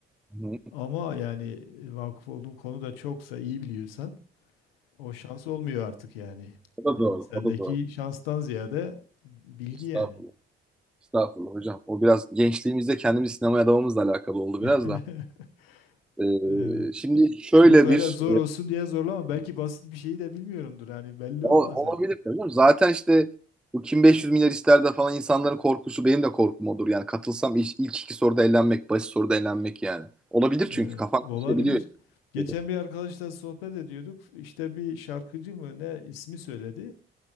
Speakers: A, in the centre; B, on the left.
A: hı.
B: ama yani e, vakıf olduğun konu da çoksa iyi biliyorsan O şans olmuyor artık yani.
A: O da doğru,
B: Yani sendeki
A: o da doğru.
B: şanstan ziyade bilgi
A: Estağfurullah.
B: yani.
A: Estağfurullah hocam. O biraz gençliğimizde kendimizi sinemaya adamamızla alakalı oldu biraz
B: <laughs>
A: da. Ee,
B: Evet.
A: şimdi şöyle
B: Çok da öyle
A: bir
B: zor olsun diye zorlama. Belki basit bir şeyi de bilmiyorumdur. Hani belli
A: O,
B: olmaz yani.
A: olabilir tabii. canım. Zaten işte bu kim 500 milyar ister de falan insanların korkusu benim de korkum odur. Yani katılsam ilk, ilk iki soruda elenmek, basit soruda elenmek yani. Olabilir
B: Evet,
A: çünkü kafan
B: olabilir.
A: karışabiliyor.
B: Geçen
A: dedi
B: bir arkadaşla sohbet ediyorduk. İşte bir şarkıcı mı ne ismi söyledi.